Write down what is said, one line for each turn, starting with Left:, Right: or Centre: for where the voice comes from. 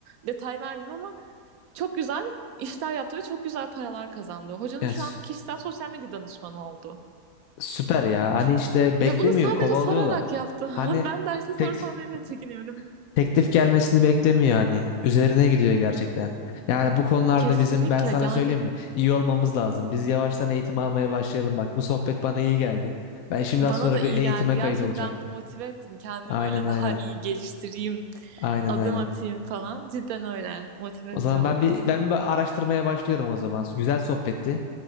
Right: detay vermeyeyim ama çok güzel işler yaptı ve çok güzel paralar kazandı. Hocanın
Left: <laughs> ya,
Right: şu
Left: sü-
Right: an kişisel sosyal medya danışmanı oldu.
Left: süper ya.
Right: <laughs>
Left: Hani işte beklemiyor,
Right: Ve bunu sadece
Left: kovalıyorlar.
Right: sorarak yaptı.
Left: Hani
Right: <laughs> Ben derste
Left: tek
Right: soru sormaya
Left: <laughs>
Right: bile çekiniyorum.
Left: teklif gelmesini beklemiyor hani. Üzerine gidiyor gerçekten. Yani bu konularda
Right: Kesinlikle
Left: bizim ben sana
Right: yani
Left: söyleyeyim mi? İyi olmamız lazım. Biz yavaştan eğitim almaya başlayalım bak. Bu sohbet bana iyi geldi. Ben şimdi
Right: Bana
Left: az sonra
Right: da iyi
Left: bir eğitime
Right: geldi. Gerçekten
Left: kayıt olacağım.
Right: bir motive ettim. Kendimi
Left: Aynen
Right: böyle daha
Left: aynen.
Right: iyi geliştireyim,
Left: Aynen
Right: adım
Left: aynen.
Right: atayım falan. Cidden öyle. Motive
Left: O
Right: edici
Left: zaman
Right: oldu.
Left: ben bir ben bir araştırmaya başlıyorum o zaman. Güzel sohbetti.